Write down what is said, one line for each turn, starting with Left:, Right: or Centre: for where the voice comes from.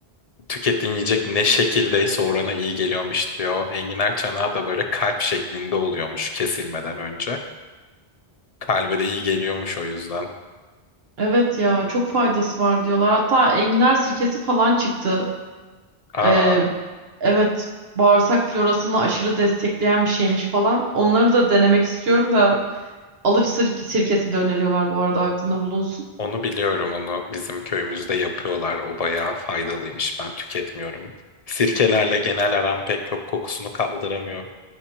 Left: tükettiğin yiyecek ne şekildeyse orana iyi geliyormuş diyor. Enginar çanağı da böyle kalp şeklinde oluyormuş kesilmeden önce. Kalbe de iyi geliyormuş o yüzden.
Right: evet ya çok faydası var diyorlar. Hatta enginar sirkesi falan çıktı.
Left: Aa.
Right: Ee, evet bağırsak florasını aşırı destekleyen bir şeymiş falan. Onları da denemek istiyorum da alıç sir- sirkesi de öneriyorlar bu arada aklında bulunsun.
Left: Onu biliyorum onu bizim köyümüzde yapıyorlar o bayağı faydalıymış ben tüketmiyorum. Sirkelerle genel aram pek yok kokusunu kaldıramıyor.